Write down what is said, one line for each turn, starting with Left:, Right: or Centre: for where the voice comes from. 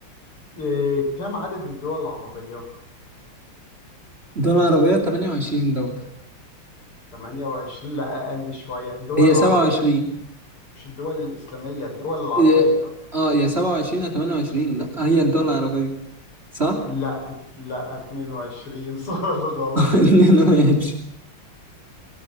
Left: آه، كم عدد الدول العربية؟
Right: دول عربية 28 دولة
Left: 28 لا أقل شوية الدول
Right: هي
Left: العربية
Right: 27
Left: مش الدول الإسلامية الدول العربية
Right: إيه، اه يا 27 يا 28 لا هي الدول العربية صح؟
Left: لا لا 22 <laughs> سؤال غلط
Right: <laughs> ماشي